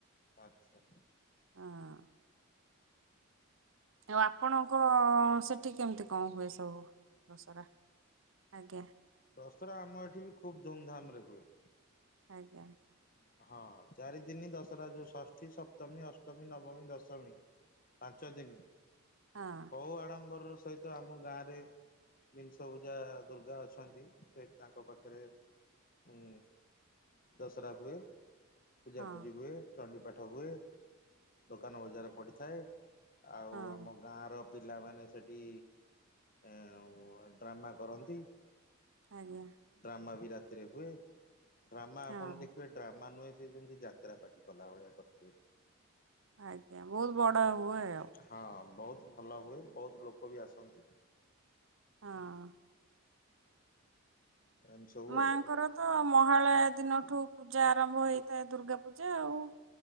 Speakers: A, on the left (about 40°); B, on the right (about 65°).
A: ଆଚ୍ଛା।
B: ଆଁ ଆଉ ଆପଣଙ୍କ ସେଠି କେମିତି କଣ ହୁଏ ସବୁ ଦସରା ଆଜ୍ଞା।
A: ଦଶରା ଆମ ଏଠି ବି ଖୁବ୍ ଧୁମଧାମରେ ହୁଏ।
B: ଆଜ୍ଞା।
A: ହଁ ଚାରିଦିନି ଦଶରା ଯୋଉ ଷଷ୍ଠୀ ସପ୍ତମୀ ଅଷ୍ଟମୀ ନବମୀ ଦଶମୀ ପାଞ୍ଚ ଦିନି।
B: ହଁ
A: ବହୁ ଆଡ଼ମ୍ବରର ସହିତ ଆମ ଗାଁରେ ବିଂଶ ପୂଜା ଦୁର୍ଗା ଅଛନ୍ତି ସେଠୀ ତାଙ୍କ ପାଖରେ ଉଁ ଦଶରା ହୁଏ, ପୂଜା
B: ହଁ
A: ପୂଜି ହୁଏ, ଚଣ୍ଡି ପାଠ ହୁଏ, ଦୋକାନ ବଜାର ପଡ଼ିଥାଏ, ଆଉ
B: ହଁ
A: ଆମ ଗାଁର ପିଲାମାନେ ସେଠି ଏ ଆ ଉ ଡ୍ରାମା କରନ୍ତି।
B: ଆଜ୍ଞା।
A: ଡ୍ରାମା ବି ରାତିରେ ହୁଏ, ଡ୍ରାମା
B: ହଁ
A: ଆପଣ ଦେଖିବେ ମା ନୁହେ ସେ ଯେମିତି ଯାତ୍ରା ପାଟି କଲା ଭଳିଆ କରିଥିବେ।
B: ଆଜ୍ଞା ବହୁତ ବଡ ହୁଏ ଆଉ।
A: ହଁ ବହୁତ ଭଲ ହୁଏ, ବହୁତ ଲୋକ ବି ଆସନ୍ତି।
B: ହଁ
A: ଏମିତି ସବୁ
B: ମାଙ୍କର
A: ଆଉ।
B: ତ ମହାଳୟ ଦିନଠୁ ପୂଜା ଆରମ୍ଭ ହେଇଥାଏ ଦୁର୍ଗା ପୂଜା ଆଉ।